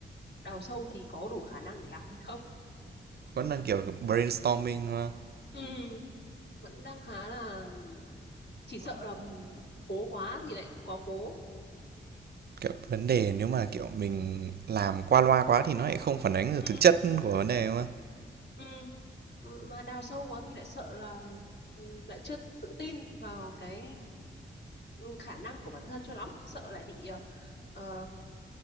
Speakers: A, on the left; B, on the right.
A: đào sâu thì có đủ khả năng để làm hay không
B: Vẫn đang, kiểu, brainstorming, đúng không?
A: ừ, vẫn đang khá là chỉ sợ là cố quá thì lại quá cố
B: Kiểu, vấn đề nếu mà, kiểu, mình làm qua loa quá thì nó lại không phản ánh được
A: ừ,
B: thực chất của vấn đề, đúng không?
A: ừ. mà đào sâu quá thì lại sợ là ừ, lại chưa tự tin vào cái khả năng của bản thân cho lắm sợ lại bị ờ, ờ,